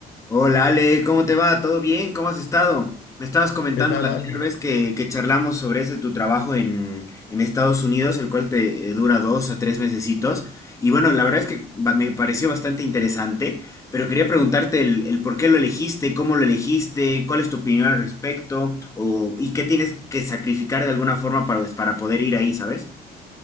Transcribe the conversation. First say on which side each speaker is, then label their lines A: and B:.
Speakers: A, on the left (about 20°); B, on the left (about 85°).
A: Hola Ale, ¿cómo te va? ¿Todo bien? ¿Cómo has estado? Me estabas comentando
B: ¿Qué tal?
A: la anterior
B: Al?
A: vez que, que charlamos sobre ese tu trabajo en, en Estados Unidos, el cual te eh, dura dos a tres mesecitos. Y bueno, la verdad es que ba- me pareció bastante interesante, pero quería preguntarte el, el por qué lo elegiste, cómo lo elegiste, cuál es tu opinión al respecto, o, y qué tienes que sacrificar de alguna forma para, pues, para poder ir ahí, ¿sabes?